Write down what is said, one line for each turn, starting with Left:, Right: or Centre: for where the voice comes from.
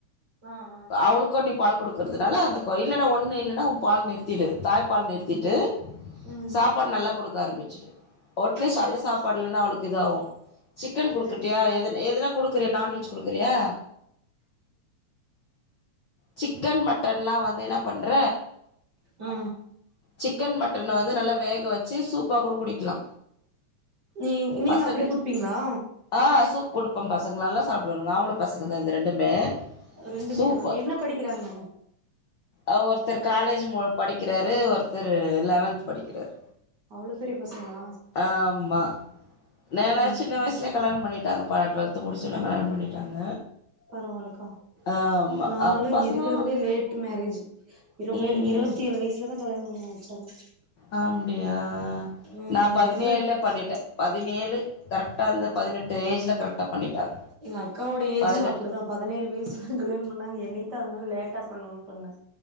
Right: ஆ ஆ
Left: அவளுக்கும் நீ பால் குடுக்குறதுனால அந்த இல்லன்னா ஒண்ணு இல்லன்னா உன் பால் நிறுத்திடு தாய் பால் நிறுத்திட்டு
Right: ம்
Left: சாப்பாடு நல்லா குடுக்க ஆரம்பமிச்சிடு ஒட்லீஸ்ட்
Right: சேரிக்கா
Left: அந்த சாப்பாடுலன்னா அவளுக்கு இதாகு சிக்கன் குடுக்கட்டியா
Right: சேரிக்கா
Left: எது எதுனா குடுக்குறியா நான்வெஜ் குடுக்குறியா சிக்கன் மட்டன்லா வந்து என்ன பண்ற
Right: ஆ
Left: சிக்கன் மட்டன் வந்து நல்லா வேக வச்சு சூப்பா கூட குடிக்கலா
Right: நீ நீங்க
Left: பசங்க
Right: அப்டி குடுப்பீங்களா
Left: ஆ சூப் குடுப்போம் பசங்க நல்லா சாப்டுவாங்க ஆம்பள பசங்க தா இந்த ரெண்டுமே
Right: ரெண்டுமே
Left: சூப்பு
Right: வா என்ன படிக்கிறாங்க
Left: ஆ ஒருத்தர் காலேஜ் மு படிக்கிறாரு ஒருத்தரு லெவன்த் படிக்கிறாரு
Right: அவ்ளோ பெரிய பசங்ளா
Left: ஆம்மா நானா
Right: ம்
Left: சின்ன வயசலே கல்யாண பண்ணிட்டாங்கப்பா டுவெல்த்து முடிச்சோன கல்யாணம் பண்ணிட்டாங்க
Right: பரவாலக்கா
Left: ஆமா
Right: நாலா
Left: அப்ப பசங்கலா
Right: இருக்கிறதுலே லேட்டு மேரேஜ் இருவ
Left: ம்
Right: இருவத்தி
Left: ம்
Right: ஏழு வயசுலதா கல்யாணம் பண்ணி வச்சாங்க
Left: ஆ முடியா
Right: ஆ
Left: நா
Right: அதனால
Left: பதினேழ்ல
Right: இப்பதா
Left: பண்ணிட்டே பதினேழு கரெக்டா அந்த பதினெட்டு ஏஜ்ல கரெக்ட் தப் பண்ணிட்டாங்க
Right: எங்க அக்காவோட ஏஜு
Left: பதினெட்டு
Right: அப்டுதா பதனேழு வய்சுல கல்யாண் பண்ணாங்க எங்ளுக்குதா அதனால லேட்டா பண்ணோனுன் பண்ணே